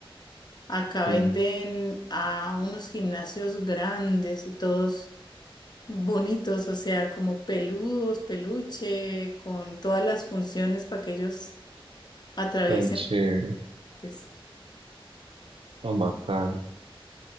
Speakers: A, on the left (about 50°); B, on the right (about 75°).
A: Acá
B: sí.
A: venden a unos gimnasios grandes y todos bonitos, o sea, como peludos, peluche, con todas las funciones para que ellos atraviesen.
B: Tan chévere,
A: antes.
B: tan bacano.